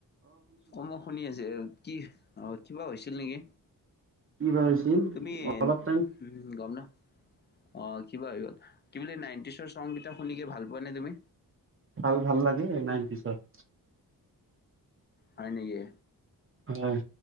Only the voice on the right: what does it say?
কি বা হৈছিল
অলপ টাইম
ভাল ভাল লাগে নাইনটিজৰ
হয়